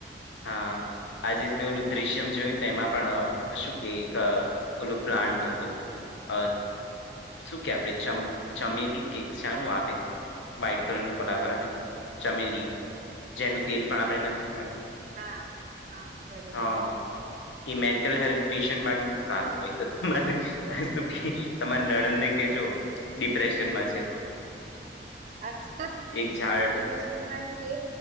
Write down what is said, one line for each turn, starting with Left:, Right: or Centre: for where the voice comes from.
Left: હા. આજે જ મેં ઓલું દ્રશ્યમ જોયું ને એમાં પણ શું કે એક ઓલું પ્લાન્ટ હતું. અહ શું કે આપડે ચમ ચમેલી કે શાનું આવે વાઇટ કલરનું ફલાવર આવેને ચમેલી, જેનું તેલ
Right: હમ
Left: પણ આપડે
Right: હમ
Left: નથી કાઢતા.
Right: હા, હા. બરોબર
Left: હા, એ મેન્ટલ
Right: હમ
Left: હેલ્થ. પેશન્ટ માટે બો સારું હોય તો તમારે શું કે તમારી નડંદને કેજો. ડિપ્રેશનમાં છે તો.
Right: અચ્છા
Left: એક ઝાડ
Right: ડિપ્રેશનમાં છે.